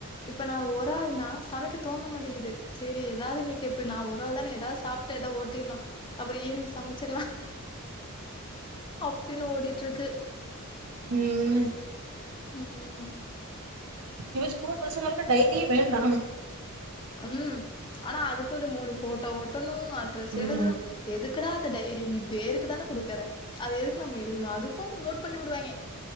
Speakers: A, on the left; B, on the right.
A: இப்ப நான் ஒரு ஆள்னா சமைக்க தோண மாட்டேங்குது செரி ஏதாவது இன்னைக்கு இப்ப ந ஒரு ஆள் தானே எதாவது சாப்ட்டு எதோ ஓட்டில அப்புறம் ஈவினிங் சமைச்சுக்கலா அப்டின்னு ஓடிட்டு இருக்கு
B: ம்
A: உம் ம்
B: இங்க ஸ்கூல் பசங்களுக்கு டைரியே வேண்டாம்
A: அம் ஆனா அதுக்கு ஒரு மூணு போட்டோ ஒட் ட்டனு அட்ரஸ்
B: ம்
A: எழுதனு எதுக்குடாத் இந்த டைரி நீ பேருக்கு தானே குடுக்கற அது எதுக்கு நம்ம எழுதணு அதுக்கு நோட் பண்ணி விடுவாங்கே